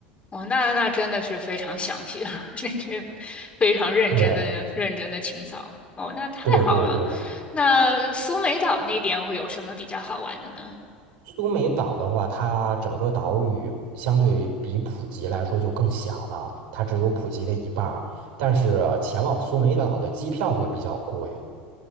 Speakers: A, on the left; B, on the right.
A: 哦，那那真的是非常详细了，<laughs> 那些非常认真的、
B: 对
A: 认真的清扫。哦，那太好了。
B: 对对对，
A: 那苏梅岛那边会有什么比较好玩的呢？
B: 苏梅岛的话，它整个岛屿相对比普吉来说就更小了，它只有普吉的一半儿。但是前往苏梅岛的机票会比较贵，